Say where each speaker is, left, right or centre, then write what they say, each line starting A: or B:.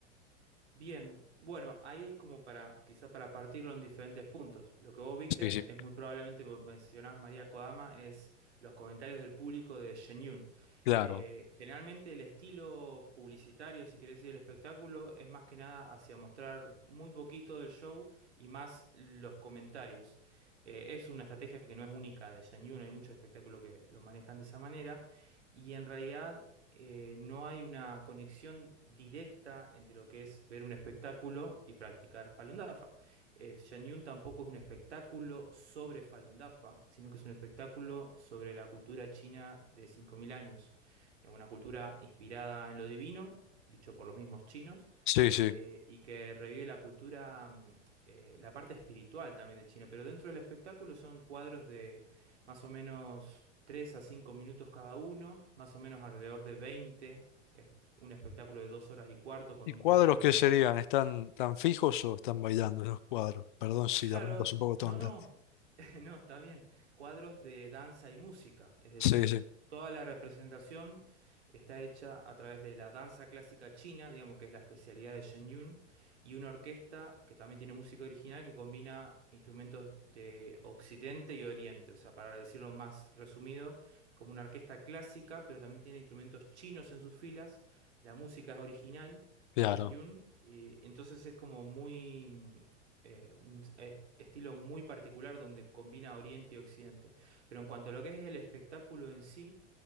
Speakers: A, on the right (about 65°); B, on the left (about 45°).
A: Bien, bueno, ahí es como para, quizá para partirlo en diferentes puntos. Lo que vos viste
B: Sí, sí,
A: es muy probablemente, vos mencionás María Kodama, es los comentarios del público de Shenyun.
B: claro.
A: Eh, generalmente el estilo publicitario, si querés decir, del espectáculo es más que nada hacia mostrar muy poquito del show y más los comentarios. Eh, es una estrategia que no es única de Shenyun, hay muchos espectáculos que lo manejan de esa manera. Y en realidad eh, no hay una conexión directa entre lo que es ver un espectáculo y practicar Falun Dafa. Eh, Shan Yun tampoco es un espectáculo sobre Falun Dafa, sino que es un espectáculo sobre la cultura china de cinco mil años, Eh, una cultura inspirada en lo divino, dicho por los mismos chinos,
B: Sí, sí.
A: eh, y que revive la cultura, mm, eh, la parte espiritual también de China, pero dentro del espectáculo son cuadros de más o menos 3 a 5 minutos cada uno, más o menos alrededor de veinte es un espectáculo de 2 horas y cuarto con
B: ¿Y
A: un
B: cuadros
A: intervalo en
B: qué
A: el medio.
B: serían? ¿Están tan fijos o están bailando los cuadros? Perdón si
A: Claro,
B: la pregunta es un poco
A: no,
B: tonta.
A: no, <laughs> No, está bien. Cuadros de danza y música. Es decir,
B: Sí, sí,
A: toda la representación está hecha a través de la danza clásica china, digamos que es la especialidad de Shen Yun, y una orquesta que también tiene música original que combina instrumentos de Occidente y Oriente. O sea, para decirlo más resumido, es como una orquesta clásica, pero también tiene instrumentos chinos en sus filas. La música es original
B: claro.
A: de Shen Yun, y entonces es como muy eh, un es- estilo muy particular donde combina Oriente y Occidente. Pero en cuanto a lo que es el espectáculo en sí,